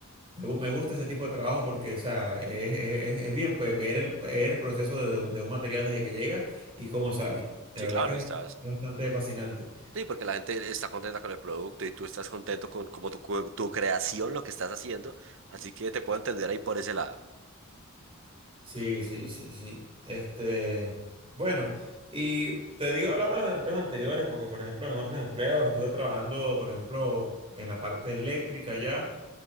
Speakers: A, on the right; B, on the right.
A: Me, gu- me gusta ese tipo de trabajo porque, o sea, es, es- es bien, pues, ver el, ver el proceso de, un de un material desde que llega y cómo sale. De
B: Sí,
A: verdad
B: claro,
A: que es
B: estás.
A: bastante, bastante fascinante.
B: Sí, porque la gente está contenta con el producto y tú estás contento con como tu, cu- tu creación, lo que estás haciendo. Así que te puedo entender ahí por ese lado.
A: Sí, sí, sí, sí. Este, bueno, y te digo hablaba de los empleos anteriores, porque por ejemplo en otros empleos estuve trabajando, por ejemplo, en la parte eléctrica ya,